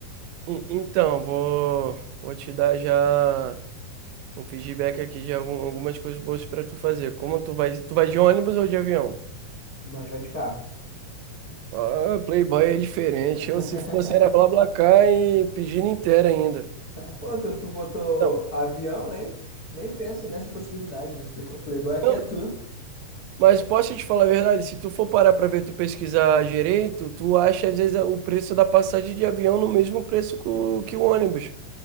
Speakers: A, on the right; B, on the left.
A: En- Então, vou, vou te dar já um feedback aqui de algum- algumas coisas boas pra tu fazer. Como tu vai? Tu vai de ônibus ou de avião?
B: Não, a gente vai de carro.
A: Ah, Playboy é diferente.
B: <laughs>
A: Eu, se fosse, era BlaBlaCar e pedindo inteira ainda.
B: Pô, tu, tu botou
A: Não,
B: avião, né? Nem penso nessa possibilidade. O Playboy aqui
A: não,
B: é tu.
A: mas posso te falar a verdade? Se tu for parar pra ver, tu pesquisar direito, tu acha às vezes o preço da passagem de avião no mesmo preço que o, que o ônibus.